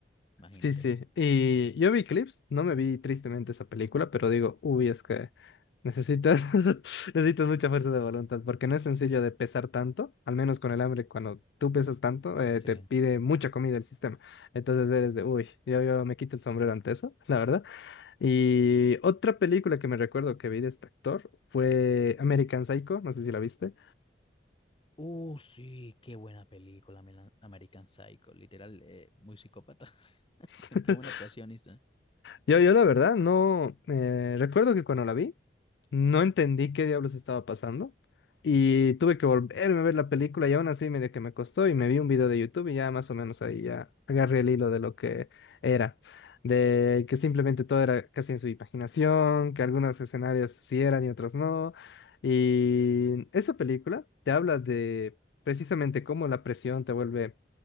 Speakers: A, on the left; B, on the left.
A: Imagínate.
B: Sí, sí. Y yo vi clips, no me vi tristemente esa película, pero digo, uy, es que necesitas, <laughs> necesitas mucha fuerza de voluntad, porque no es sencillo de pesar tanto, al menos con el hambre, cuando tú pesas tanto, eh,
A: Sí.
B: te pide mucha comida el sistema. Entonces eres de, uy, yo, yo me quito el sombrero ante eso, <laughs> la verdad. Y otra película que me recuerdo que vi de este actor fue American Psycho, no sé si la viste.
A: Uh, sí, qué buena película, Melan- American Psycho. Literal, eh, muy psicópata. <laughs>
B: <laughs>
A: Qué buena actuación, Isa.
B: Yo, yo la verdad no eh, recuerdo que cuando la vi No entendí qué diablos estaba pasando y tuve que volverme a ver la película y aún así medio que me costó y me vi un video de YouTube y ya más o menos ahí ya agarré el hilo de lo que era, de que simplemente todo era casi en su imaginación, que algunos escenarios sí eran y otros no. Y esa película te habla de precisamente cómo la presión te vuelve